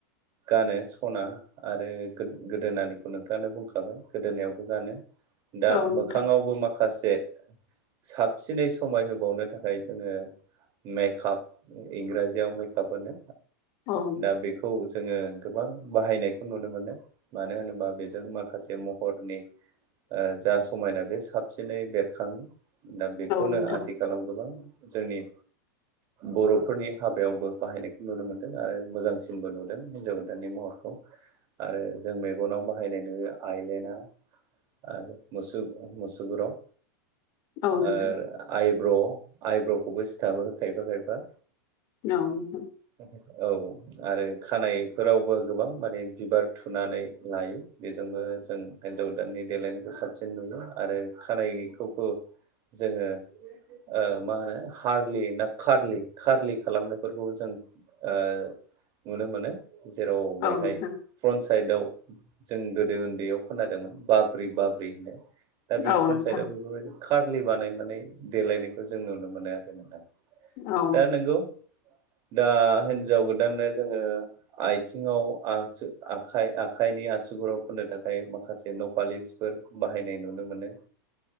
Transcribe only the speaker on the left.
औ नोंथां
औ
नोंथां
औ नोंथां
नौ नोंथां।
औ
नोंथां
औ
नोंथां
औ नोंथां औ